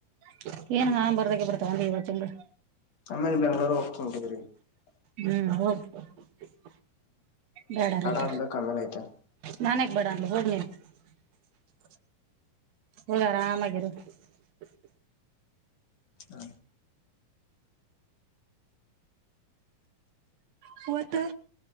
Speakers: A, on the right; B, on the left.
A: <unintelligible> ಏನು, ನಾನು ಬರುವಾಗ ತಗೊಂಡು ಬರ್ತೀನಿಬಿಡು. <unintelligible>
B: ಆಮೇಲೆ, ಬೆಂಗಳೂರು ಹೋಗ್ತಾರೆ ಹುಡುಗಿರಿಗೆ? <unintelligible>
A: ಹ್ಮ್, ಹೋಗು. <unintelligible> ಬೇಡ, ಆರಾಮು. <unintelligible>
B: ಎಲ್ಲ ಕಳೆದು ಅಗತ್ಯೇ? <inaudible>
A: ನಾನು ಯಾಕ್, ಬ್ಯಾಡ ಅನ್ಲಿ, ಹೋಗಲಿ? <unintelligible> ಹೂ, ಆರಾಮಾಗಿರು? <unintelligible>
B: ಹ್ಮ
A: ಹೂ, ಮತ್ತೆ.